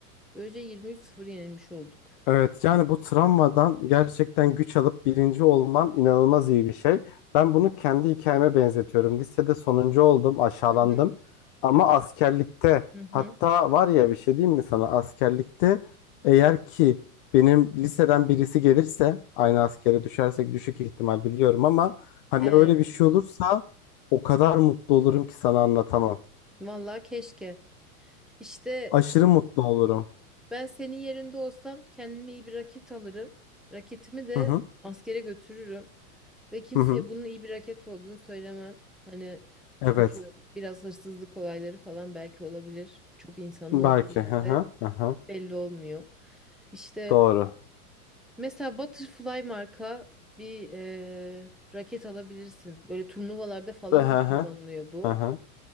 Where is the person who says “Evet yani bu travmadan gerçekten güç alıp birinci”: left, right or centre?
Left